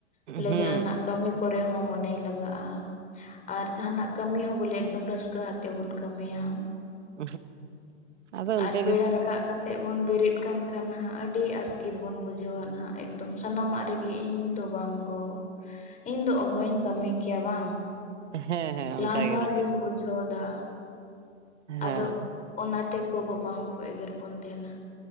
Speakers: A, on the left; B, on the right.
A: ᱵᱚᱞᱮ
B: ᱦᱩᱸ
A: ᱡᱟᱦᱟᱱᱟᱜ ᱠᱟᱹᱢᱤ ᱠᱚᱨᱮ ᱦᱚᱸ ᱢᱚᱱᱮ ᱞᱟᱜᱟᱜᱼᱟ ᱟᱨ ᱡᱟᱦᱟᱱᱟᱜ ᱠᱟᱹᱢᱤ ᱦᱚᱸ ᱵᱚᱞᱮ ᱮᱠᱫᱚᱢ ᱨᱟᱹᱥᱠᱟᱹ ᱟᱛᱮ ᱵᱚᱱ ᱠᱟᱹᱢᱤᱭᱟ᱾
B: ᱦᱩᱸ ᱟᱫᱚ ᱚᱱᱠᱟ
A: ᱟᱨ ᱵᱮᱲᱟ
B: ᱜᱮ
A: ᱨᱟᱠᱟᱵ ᱠᱟᱛᱮ ᱵᱚᱱ ᱵᱮᱨᱮᱫ ᱠᱟᱱ ᱠᱷᱟᱱ ᱱᱟᱦᱟᱜ ᱟᱹᱰᱤ ᱟᱥᱠᱤᱛ ᱵᱚᱱ ᱵᱩᱡᱷᱟᱹᱣᱟ ᱱᱟᱦᱟᱜ ᱮᱠᱫᱚᱢ ᱥᱟᱱᱟᱢᱟᱜ ᱨᱮᱜᱮ ᱤᱧ ᱫᱚ ᱵᱟᱝ ᱜᱚ ᱤᱧ ᱫᱚ ᱚᱦᱚᱤᱧ ᱠᱟᱹᱢᱤ ᱠᱮᱭᱟ ᱵᱟᱝ ᱾
B: ᱦᱮᱸ ᱦᱮᱸ
A: ᱞᱟᱝᱜᱟ
B: ᱚᱱᱠᱟ ᱜᱮ ᱞᱟᱹᱭ
A: ᱜᱤᱧ ᱵᱩᱡᱷᱦᱫ-ᱟ᱾
B: ᱦᱮᱸ
A: ᱟᱫᱚ ᱚᱱᱟᱛᱮ ᱜᱚ-ᱵᱟᱵᱟ ᱦᱚᱸᱠᱚ ᱮᱜᱮᱨ ᱵᱚᱱ ᱛᱟᱦᱮᱱᱟ᱾